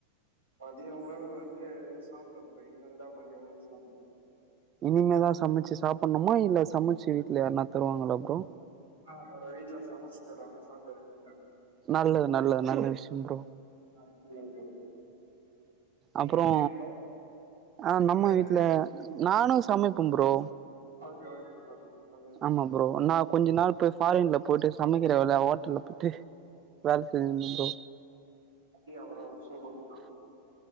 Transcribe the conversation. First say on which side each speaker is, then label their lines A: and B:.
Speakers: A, on the right (about 80°); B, on the right (about 30°).
A: மதிய உணவு வந்து எதுவு சாப்டல ப்ரோ இனிமேல் தா மதியம் உணவு சாப்டனு
B: இனிமேலா சமைச்சு சாப்படணுமா இல்ல சமைச்சு வீட்டுல யருனா தருவாங்களோ ப்ரோ
A: ஆ என்னோட வீட்ல சமைச்சு தருவாங்க சாப்ட வேண்டியதுதா
B: நல்லது நல்லது நல்ல விஷயோ ப்ரோ
A: ஒகே ப்ரோ நீங்க
B: அப்புறோ
A: எப்டி ப்ரோ
B: ஆ நம்ம
A: எந்த
B: வீட்டுல நானு சமைப்போ ப்ரோ
A: ஒகே ஒகே ப்ரோ நல்லது
B: ஆமா ப்ரோ நா கொஞ்ச நாள் போய் ஃபாரின்ல போயிட்டு சமைக்கிற வேலையா ஹோட்டல்ல போயிட்டு வேலை செஞ்சிருந்த ப்ரோ
A: அப்டியா ப்ரோ சூப்பர் ப்ரோ